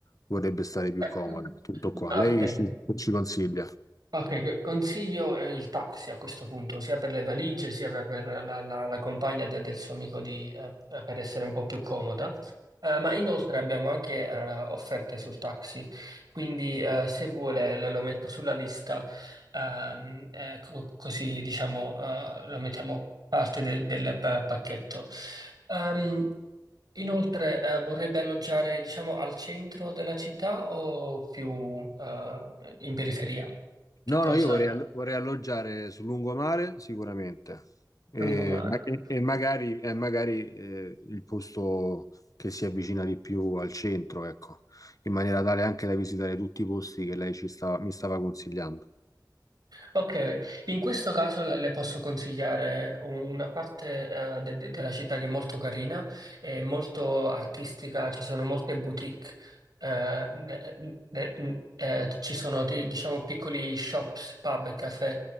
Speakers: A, on the left; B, on the right.
A: vorrebbe stare più
B: Eh,
A: comoda. Tutto qua.
B: ok.
A: Lei che ci, ci consiglia?
B: Ok, consiglio eh, il taxi a questo punto, sia per le valigie, sia per per la, la- la compagna de- del suo amico di, eh, per essere un po' più comoda. Eh, ma inoltre abbiamo anche eh, offerte sul taxi, quindi eh, se vuole le- lo metto sulla lista, ehm, eh, co- così diciamo eh, lo mettiamo parte del, del pa- pacchetto. Ehm, inoltre eh, vorrebbe alloggiare diciamo al centro della città o più eh, in periferia? Che
A: No,
B: cosa?
A: no, io vorrei, all- vorrei alloggiare sul lungomare sicuramente e,
B: Lungomare.
A: ma- e magari, e magari eh, il posto che si avvicina di più al centro, ecco, in maniera tale anche da visitare tutti i posti che lei ci stava- mi stava consigliando.
B: Ok, in questo caso le le posso consigliare un- una parte eh, de- de- della città che è molto carina, è molto artistica, ci sono molte boutique, eh, ne- ne- ne- eh, ci sono di- diciamo piccoli shops, pub e caffè